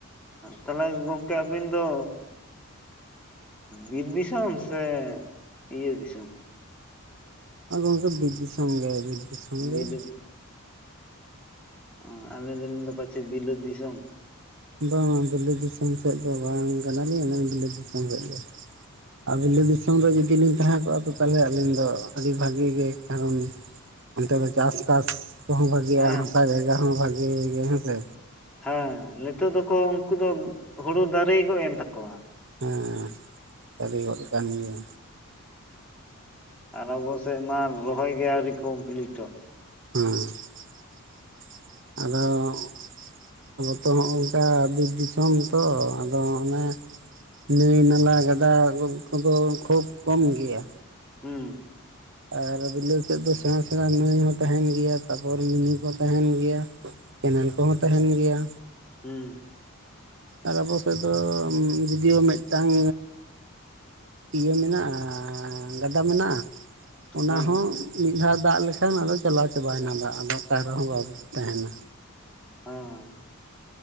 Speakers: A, in the centre; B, on the right.
A: ᱛᱟᱦᱚᱞᱮ ᱜᱚᱝᱠᱮ ᱟᱹᱵᱤᱱ ᱫᱚᱼᱼ ᱵᱤᱨ ᱫᱤᱥᱚᱢ ᱥᱮ ᱤᱭᱟᱹ ᱫᱤᱥᱚᱢ?
B: ᱦᱚᱭ ᱜᱚᱢᱠᱮ ᱵᱤᱨ ᱫᱤᱥᱚᱢ ᱜᱮ ᱵᱤᱨ ᱫᱤᱥᱚᱢ ᱜᱮ
A: ᱵᱤᱞᱟᱹᱛ
B: ᱦᱮᱸ
A: ᱚ ᱟᱞᱮ ᱫᱚᱞᱮ ᱯᱟᱪᱮᱫ ᱵᱤᱞᱟᱹᱚᱛ ᱫᱤᱥᱚᱢ?
B: ᱵᱟᱝᱟ ᱵᱤᱞᱟᱹᱛ ᱫᱤᱥᱚᱢ ᱥᱮᱫ ᱫᱚ ᱵᱟᱝ ᱠᱟᱱᱟᱞᱤᱧ ᱟᱹᱞᱤᱧ ᱵᱤᱞᱟᱹᱛ ᱫᱤᱥᱚᱢ ᱥᱮᱫ ᱜᱮ᱾ ᱟ ᱵᱞᱮ ᱫᱤᱥᱚᱢ ᱨᱮ ᱡᱩᱫᱤ ᱞᱤᱧ ᱛᱟᱦᱮᱸ ᱠᱚᱜᱼᱟ ᱛᱚ ᱛᱟᱦᱚᱞᱮ ᱟᱹᱞᱤᱧ ᱫᱚ ᱟᱹᱰᱤ ᱵᱷᱟᱜᱤ ᱜᱮ ᱠᱟᱨᱚᱱᱼᱼ
A: <inaudible>
B: ᱚᱱᱛᱮ ᱫᱚ ᱪᱟᱥᱵᱟᱥ ᱠᱚᱦᱚᱸ ᱵᱷᱟᱜᱤᱼᱟ
A: ᱦᱮᱸ
B: ᱦᱟᱥᱟ ᱡᱟᱭᱜᱟ ᱦᱚᱸ ᱵᱷᱟᱜᱤ ᱜᱮ ᱦᱮᱸᱥᱮ?
A: ᱦᱮᱸ ᱱᱤᱛᱚᱜ ᱫᱚᱠᱚ ᱩᱱᱠᱩ ᱫᱚ ᱦᱩᱲᱩ ᱫᱟᱨᱮ ᱜᱚᱡ ᱮᱱ ᱛᱟᱠᱚᱣᱟ᱾
B: ᱦᱮᱸ ᱫᱟᱨᱮ ᱜᱚᱫ ᱠᱟᱱ ᱜᱮᱭᱟ᱾
A: ᱟᱨ ᱟᱵᱚ ᱥᱮᱫ ᱢᱟ ᱨᱚᱦᱚᱭ ᱜᱮ ᱟᱹᱣᱨᱤ ᱠᱚᱢᱯᱞᱤᱴᱚᱜ᱾
B: ᱦᱸᱻ ᱟᱫᱚᱻ ᱟᱵᱚ ᱛᱚ ᱚᱝᱠᱟ ᱵᱤᱨ ᱫᱤᱥᱚᱢ ᱛᱚ ᱟᱫᱚ ᱚᱱᱮᱼᱼ ᱱᱟᱹᱭ ᱱᱟᱞᱟ ᱜᱟᱰᱟ ᱠᱚᱫᱚ ᱠᱷᱩᱵ ᱠᱚᱢ ᱜᱮᱭᱟ᱾
A: ᱦᱩᱸᱻ
B: ᱟᱨ ᱵᱤᱞᱟᱹᱛ ᱥᱮᱫ ᱫᱚ ᱥᱮᱬᱟ ᱥᱮᱬᱟ ᱱᱟᱹᱭ ᱦᱚᱸ ᱛᱟᱦᱮᱱ ᱜᱮᱭᱟ ᱛᱟᱨᱯᱚᱨ ᱢᱤᱱᱤ ᱠᱚ ᱛᱟᱦᱮᱱ ᱜᱮᱭᱟ᱾ ᱠᱮᱱᱮᱞ ᱠᱚᱦᱚᱸ ᱛᱟᱦᱮᱱ ᱜᱮᱭᱟ᱾
A: ᱦᱩᱸᱻ
B: ᱟᱨ ᱟᱵᱚ ᱥᱮᱫ ᱫᱚ ᱡᱟᱫᱤᱭᱳ ᱢᱤᱫᱴᱟᱝᱼᱼ ᱤᱭᱟᱹ ᱢᱮᱱᱟᱜᱼᱟ ᱜᱟᱰᱟ ᱢᱮᱱᱟᱜᱼᱟ᱾ ᱚᱱᱟᱦᱚᱸ
A: ᱦᱮᱸ
B: ᱢᱤᱫ ᱫᱷᱟᱣ ᱫᱟᱜ ᱞᱮᱠᱷᱟᱱ ᱟᱫᱚ ᱪᱟᱞᱟᱣ ᱪᱟᱵᱟᱭᱮᱱᱟ ᱫᱟᱜ ᱟᱫᱚ ᱚᱠᱟ ᱨᱮᱦᱚᱸ ᱵᱟᱵ ᱛᱟᱦᱮᱱᱟ᱾
A: ᱦᱸᱻ